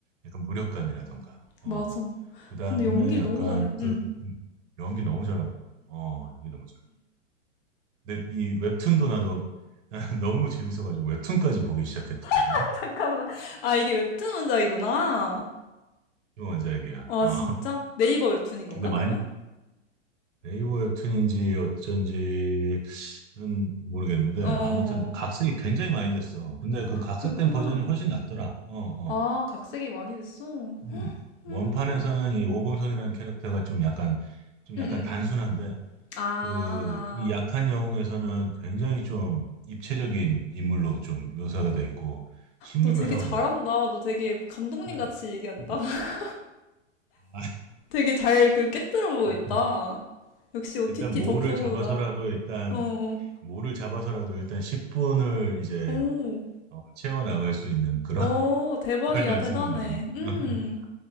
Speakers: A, on the right; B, on the left.
A: 약간 무력감이라던가,
B: 맞아.
A: 어, 그 다음에
B: 근데 연기를
A: 약간
B: 너무 잘해.
A: 그
B: 응.
A: 음, 연기 너무 잘하다. 어, 연기 너무 잘다 근데 이 웹툰도 나도 <laughs> 너무 재밌어가지고 웹툰까지 보기 시작했거든.
B: <laughs> 잠깐만. 아, 이게 웹툰 원작이구나.
A: 이 원작이야.
B: 아,
A: 어.
B: 진짜? 네이버 웹툰인 건가,
A: 근데 많이
B: 그러면?
A: 네이버 웹툰인지 어쩐지는 모르겠는데
B: 어, 어,
A: 아무튼
B: 어.
A: 각색이 굉장히 많이 됐어. 근데 그 각색된
B: 그렇구나.
A: 버전이 훨씬 낫더라. 어, 어.
B: 아, 각색이 많이 됐어. 음,
A: 음.
B: 응,
A: 원판에서는 이 오범석이라는 캐릭터가 좀 약간 좀
B: 응.
A: 약간 단순한데
B: 아,
A: 그 이 약한 영웅에서는 굉장히 좀 입체적인 인물로 좀 묘사가 돼 있고 심리
B: 너 되게
A: 묘사가
B: 잘한다.
A: 너무
B: 너 되게 감독님
A: 음.
B: 같이 얘기한다.
A: 음.
B: <laughs>
A: <laughs>
B: 되게 잘 그 깨뜨려 보고
A: 아,
B: 있다. 역시 OTT
A: 일단 모를
B: 덕후다.
A: 잡아서라도
B: 어,
A: 일단
B: 어.
A: 모를 잡아서라도 일단 10분을 이제
B: 오.
A: 어, 채워 나갈 수 있는 그런
B: 오,
A: <laughs>
B: 대박이야,
A: 그런 연습을
B: 대단해.
A: 많이.
B: 음.
A: <laughs>